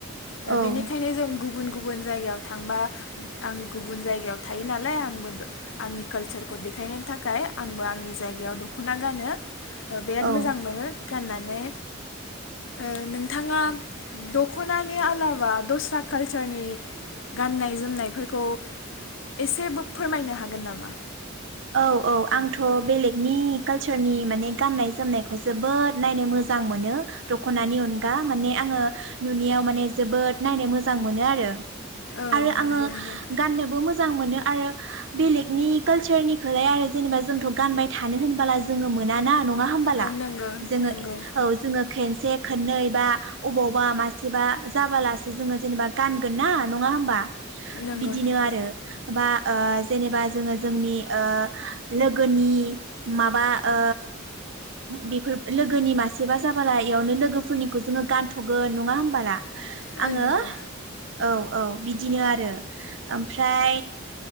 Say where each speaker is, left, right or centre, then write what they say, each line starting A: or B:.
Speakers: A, on the left; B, on the right.
A: ओ
B: औ
A: बेनिखायनो जों गुबुन गुबुन जायगायाव थांबा आं गुबुन जायगायाव थायो नालाय आंबो आंनि कालसारखौ देखायनो थाखाय आंबो आंनि जायगायाव दखना गानो। ओ बिराद
B: औ
A: मोजां मोनो गाननानै। ओ नोंथाङा दखनानि आलाबा दस्रा कालचारनि गाननाय जोमनायफोरखौ एसेबो फोरमायनो हागोन नामा?
B: औ औ आंथ बेलेगनि कालसारनि माने गाननाय जोमनायखौ जोबोद नायनो मोजां मोनो। दखनानि अनगा माने आंङो नुनायाव माने जोबोद नायनो मोजां मोनो आरो।
A: औ
B: आरो
A: नंगौ
B: आंङो
A: नंगौ
B: गाननोबो मोजां मोनो आरो बेलेगनि कालचारनि खोलाय आरो जेनेबा जोंथ गानबाय थानो होनबोला जोंङो मोनाना। नङा होमबाला
A: ओ नंगौ
B: जोंङो
A: नंगौ।
B: औ जोंङो खनसे खननै बा अबावबा मासेबा जाबालासो जोङो जेनेबा गानगोन ना नङा होमबा?
A: नंगौ
B: बिदिनो
A: नंगौ।
B: आरो बा ओ जेनेबा जोङो जोंनि लोगोनि माबा ओ बेफोर लोगोनि मासेबा जाबोला इयावनो लोगोफोरनिखौ जोङो गानथगोन नङा होमबाला?
A: ओ
B: आंङो
A: नंगौ
B: औ औ बिदिनो आरो ओमफ्राय